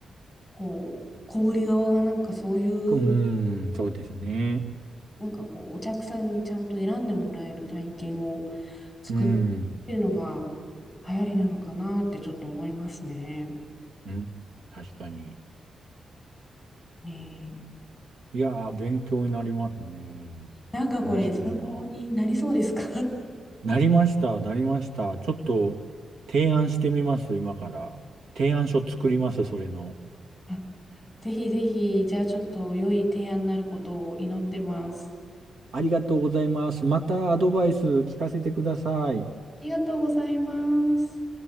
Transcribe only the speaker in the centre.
こう、小売り側がなんかそういう
なんかこう、お客さんにちゃんと選んでもらえる体験を作ってっていうのが
流行りなのかなってちょっと思いますね。
ねえ。
なんかこれ参考になりそうですか
<laughs> あ、ぜひぜひ、じゃあちょっと良い提案になることを祈ってます。
ありがとうございます。